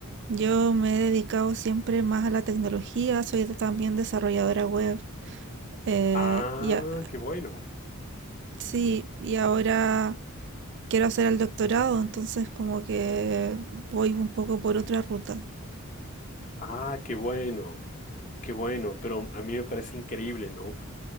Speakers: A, on the right; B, on the left.
A: Yo me he dedicado siempre más a la tecnología, soy de- también desarrolladora web. eh,
B: Ah,
A: y a-
B: qué bueno,
A: sí, y ahora quiero hacer el doctorado, entonces como que voy un poco por otra ruta.
B: ah, qué bueno, qué bueno, pero a mí me parece increíble, ¿no?